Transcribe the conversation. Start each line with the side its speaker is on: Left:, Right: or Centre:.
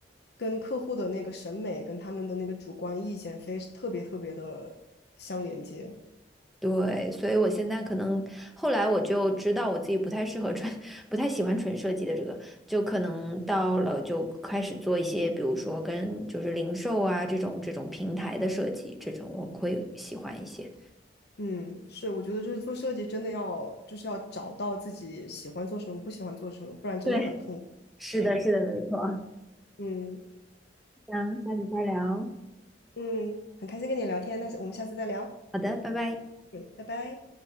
Left: 跟客户的那个审美跟他们的那个主观意见非特别特别的相连接。
Centre: 对，所以我现在可能后来我就知道我自己不太适合纯，<laughs> 不太喜欢纯设计的这个，就可能到了就开始做一些，比如说跟就是零售啊这种这种平台的设计，这种我会喜欢一些。
Left: 嗯，是，我觉得就是做设计真的要就是要找到自己喜欢做什么，不喜欢做什么，不然真的很痛苦。
Centre: 对，是的，是的，没错。
Left: 嗯
Centre: 那下次再聊。
Left: 嗯，很开心跟你聊天，那我们下次再聊。
Centre: 好的，拜拜。
Left: 嗯，拜拜。